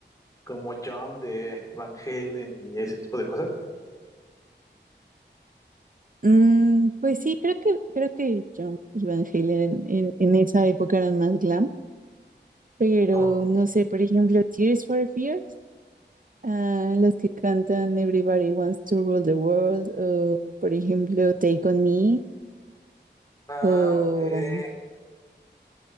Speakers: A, on the left; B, on the right.
A: como Jump de Van Halen y ese tipo de cosas.
B: Mm, pues sí, creo que creo que John y Van Halen en, en esa época eran más glam, pero
A: Oh,
B: no sé, por ejemplo, Tears for Fears, ah, las que cantan Everybody Wants to Rule the World, o por ejemplo Take on Me,
A: ah,
B: o
A: ok.